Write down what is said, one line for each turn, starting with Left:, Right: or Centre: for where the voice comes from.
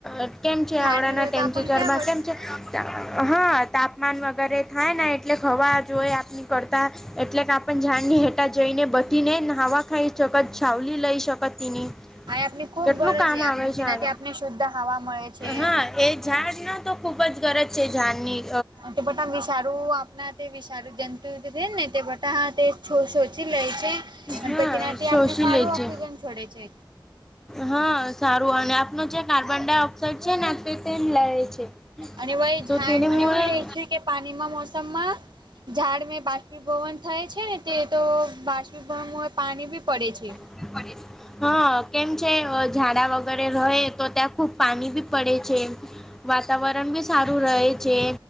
Centre: અ કેમ છે
Right: ઝાડને
Centre: આવડાના
Right: રહે
Centre: ટેમચે
Right: તો આપણ
Centre: ચરમાં
Right: ક્યાં વટશું.
Centre: કેમ છે? હા તાપમાન વગેરે થાય ને એટલે હવા જોઈ આપની કરતા એટલે કાપ પણ ઝડ ની હેટા જઈ ને બધી ને નહાવા ખાઈ શકત છાવલી લઈ શકત તેની
Right: આય આપની ખુબ
Centre: કેટલું
Right: ગરજ
Centre: કામ
Right: છે આપ
Centre: આવે
Right: તેનાથી
Centre: આને
Right: આપને શુદ્ધ હવા મળે છે.
Centre: હા એ ઝાડ ના તો ખુબ જ ગરજ છે ઝાડ ની
Right: અ તે બટા વિશારું આપના તે વિશ સારું જંતુ જ જે ને તે બટા હા તે છો સોચી લેય છે
Centre: હા
Right: ગનપતિનાથી
Centre: શોષી
Right: આપને સારું
Centre: લે
Right: ઓક્સિજન
Centre: છે
Right: છોડે છે.
Centre: હા સારું અને આપનો જે કાર્બન ડાયોક્સાાઈડ છે ને તે તે લઇ છે.
Right: અને વય
Centre: તો
Right: ઝાડ
Centre: તેને
Right: નું
Centre: હું
Right: એવું રેય છે કે પાનીમાં મોસમમાં ઝાડ મેં બાષ્પીભવન થાય છે ને તે તો બાષ્પીભવનમાં પાની બી પડે છે.
Centre: પડે છે હા કેમ છે હ ઝાડા વગેરે રહે તો ત્યાં ખૂબ પાની બી પડે છે. વાતાવરણ બી સારું રહે છે.